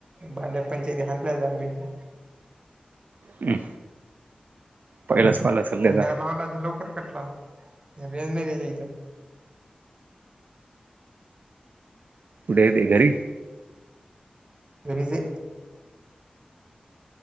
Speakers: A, on the right (about 40°); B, on the right (about 80°).
A: बांध पणचे घ आणलं दहा मिनिटं
B: हम् पहिलाच कॉल असेल त्याचा
A: लावला तर लवकर कटला रेंज नाही त्याच्या इिथे
B: कुठे ते घरी
A: घरीचेे